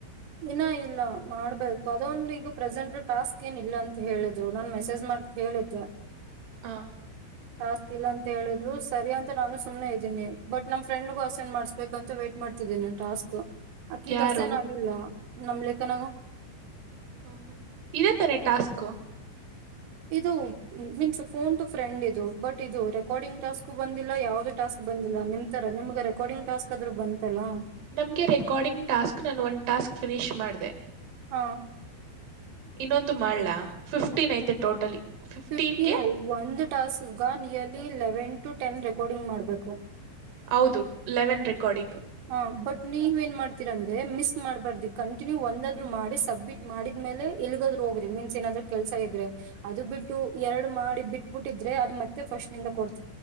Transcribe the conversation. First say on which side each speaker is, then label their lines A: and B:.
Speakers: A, on the right (about 80°); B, on the right (about 60°).
A: ಇನ್ನ ಇಲ್ಲ ಮಾಡ್ಬೇಕು ಅದೊಂದು ಈಗ ಪ್ರೆಸೆಂಟ್ ಟಾಸ್ಕ್ ಏನ್ ಇಲ್ಲ ಅಂತ ಹೇಳಿದ್ರು ನಾನ್ ಮೆಸೇಜ್ ಮಾಡ ಕೇಳಿದ್ದ
B: ಹಾ
A: ಟಾಸ್ಕ್ ಇಲ್ಲ ಅಂತ ಹೇಳಿದ್ ಸರಿ ಅಂತ ನಾನು್ನೆ ಇದೀನಿ ಬಟ್ ನಮ್ಮ ಫ್ರೆಂಡ್ಗೂ ಅಸೆಂಡ್ ಮಾಡ್ಬೇಕುಂತ ವೈಟ್ ಮಾಡ್ತೀನಿ ಟಾಸ್ಕ್ ಅಕ ಈಗ
B: ಯಾರು
A: ಹಸನ ಆಗಿಲ್ಲ ನಮ ಲೇಖನಾಗ
B: ಹ ಹ ಇದೇ ತಾನೇ ಟಾಸ್ಕು.
A: ಇದು ಮೀನ್ಸ್ ಫೋನ್ ಟು ಫ್ರೆಂಡ್ ಇದು ಬಟ್ ಇದು ರೆಕಾರ್ಡಿಂಗ್ ಟಾಸ್ಕ್ ಬಂದಿಲ್ಲ ಯಾವುದೇ ಟಾಸ್ಕ್ ಬಂದಿಲ್ಲ ನಿಮ್ ತರ ನಿಮ್ಗೆ ರೆಕಾರ್ಡಿಂಗ್ ಟಾಸ್ಕ್ ಆದ್ರೂನೂ ಬಂತಲ್ಲಾ.
B: ನಮಗೆ ರೆಕಾರ್ಡಿಂಗ್ ಟಾಸ್ಕ್ ನಾನು ಒಂದು ಟಾಸ್ಕ್ ಫಿನಿಶ್ ಮಾಡಿದೆ.
A: ಹಾ
B: ಇನ್ನೊಂದು ಮಾಡ್ಲಾ ಫಿಫ್ಟೀನ್ ಐತೆ ಟೋಟಲಿ. ಫಿಫ್ಟೀನ್ಗೆ
A: ಫಿಫ್ಟಿ ನೌ ಒಂದು ಟಾಸ್ಗ ಗ nearly eleven to ten recording ಮಾಡಬೇಕು.
B: ಹೌದು ಲೆವೆನ್ ರೆಕಾರ್ಡಿಂಗ್.
A: ಹ ಬಟ್ ನೀವು ಏನ್ ಮಾಡ್ತೀರ ಅಂದ್ರೆ ಮಿಸ್ ಮಾಡಬಾರದು ಕಂಟಿನ್ಯೂ ಒಂದಾದ್ರು ಮಾಡಿ ಸಬ್ಮಿಟ್ ಮಾಡಿದ ಮೇಲೆ ಎಲ್ಗಾದ್ರೂ ಹೋಗ್ರಿ ಮೀನ್ಸ್ ಏನಾದ್ರೂ ಕೆಲಸ ಇದ್ರೆ ಅದು ಬಿಟ್ಟು ಎರಡ್ ಮಾಡಿ ಬಿಟ್ಬಿಟ್ಟಿದ್ರೆ ಅ ಮತ್ತೆ ಫಸ್ಟ್ ನಿಂದ ಕೊಡ್